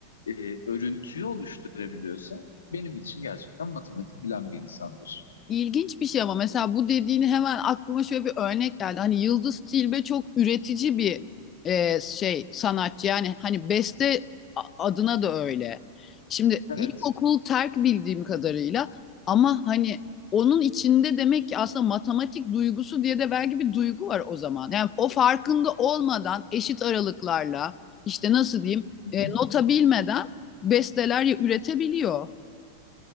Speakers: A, on the left; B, on the left.
A: e, örüntüyü oluşturabiliyorsa benim için gerçekten matematik bilen bir insandır.
B: İlginç bir şey ama mesela bu dediğini hemen aklıma şöyle bir örnek geldi. Hani Yıldız Tilbe çok üretici bir e, şey sanatçı. Yani hani beste adına da öyle. Şimdi
A: Evet.
B: ilkokul terk bildiğim kadarıyla ama hani onun içinde demek ki aslında matematik duygusu diye de belki bir duygu var o zaman. Yani o farkında olmadan eşit aralıklarla işte nasıl diyeyim
A: Hı hı.
B: e, nota bilmeden besteler üretebiliyor.